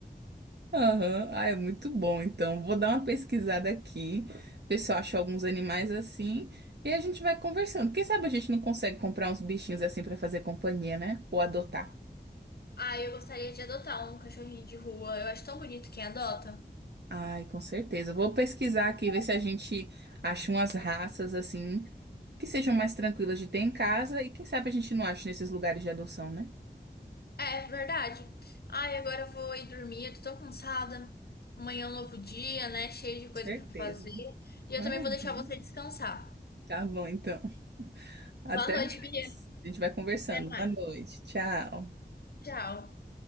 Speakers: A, on the right; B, on the left.
A: Aham. Ah, é muito bom. Então, vou dar uma pesquisada aqui, ver se eu acho alguns animais assim. E a gente vai conversando. Quem sabe a gente não consegue comprar uns bichinhos assim pra fazer companhia, né? Ou adotar.
B: Ah, eu gostaria de adotar um cachorrinho de rua. Eu acho tão bonito quem adota.
A: Ai, com certeza. Vou pesquisar aqui, ver se a gente acha umas raças assim que sejam mais tranquilas de ter em casa. E quem sabe a gente não acha nesses lugares de adoção, né?
B: É verdade. Ai, agora eu vou ir dormir. Eu tô tão cansada. Amanhã é um novo dia, né? Cheio de
A: Com
B: coisa
A: Certeza.
B: pra fazer. E eu
A: Uhum.
B: também vou deixar você descansar.
A: Tá bom, então. Até
B: Boa noite,
A: mais.
B: Bia.
A: A gente vai conversando.
B: Até mais.
A: Boa noite. Tchau.
B: Tchau.